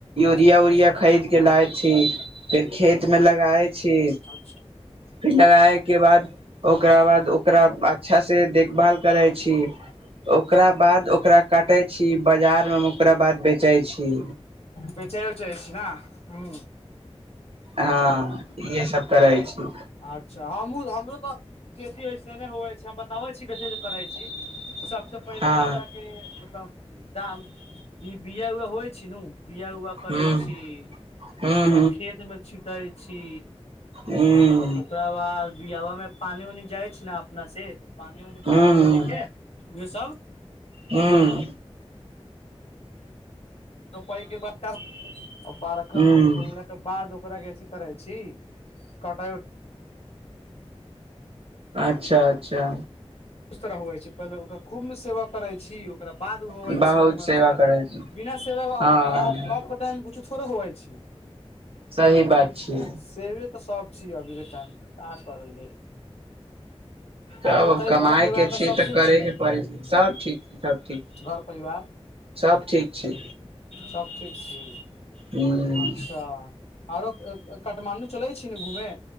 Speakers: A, on the right; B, on the left.
A: यरिया
B: अच्छा
A: उरिया खरीद के लाय छी फेर खेत में लगाय छी।
B: अच्छा
A: फेर लगाय के बाद ओकरा बाद ओकरा अच्छा से देखभाल करै छी। ओकरा बाद ओकरा काटै छी बजारमे ओकरा बाद बेचै छी।
B: बेचैयो चाहै छी ने, ह।
A: हँ इहे सब करै छी।
B: अच्छा हमहुँ हमरो तऽ खेती ऐसे नहि हुइ छै हम बताबै छी कथी करै छी। पहिले
A: हँ
B: ओकरा के मतलब दाम, बिया- उआ होइ छी नु बिया- उ करै
A: हूँ
B: छी,
A: हूँ
B: ओकर खेत मे छिटाई छी।
A: हूं।
B: ओकरा बाद बिअबा में पानि- उनि जाइ छै ने अपना से, पानि उनि
A: हूँ
B: जाइ के। ये सब।
A: ह्म।
B: पके बाद बारका
A: हूँ
B: होइ- होइ ले। के बाद ओकरा के अथी करै छी, कटा
A: अच्छा- अच्छा!
B: इस तरह होवइ छी, पहिले ओकरा खु्मे सेवा करैत छी, ओकरा बाद होवै
A: बहुत
B: छै निमनसँ,
A: सेवा
B: नहि
A: करै
B: तऽ
A: छी
B: बिना सेवाके अप-अप
A: हँ
B: के टाइममे किुछो थोड़े होवइ छै।
A: सही बात छै।
B: सेवे तऽ सब छी अभी के टाइम ता का करले,
A: तब
B: आरो बता
A: कमाय
B: घर परिवार
A: के छिय
B: मे सब
A: तऽ
B: ठीक
A: करे
B: छी
A: के पड़े छै, सब ठीक छै, सब ठीक,
B: घर परिवार
A: सब ठीक। छै
B: सब ठीक छी।
A: हूँ
B: अच्छा! आरो काठमाण्डू चलै छी ने घूमे।